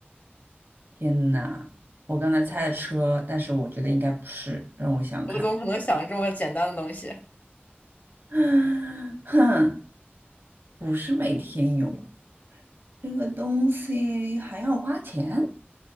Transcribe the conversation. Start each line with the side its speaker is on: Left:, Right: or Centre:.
Right: 天哪，我刚才猜的车，但是我觉得应该不是，让我想想看。
Left: 我怎么可能想这么简单的东西？
Right: <sighs> 哼，不是每天用，这个东西还要花钱，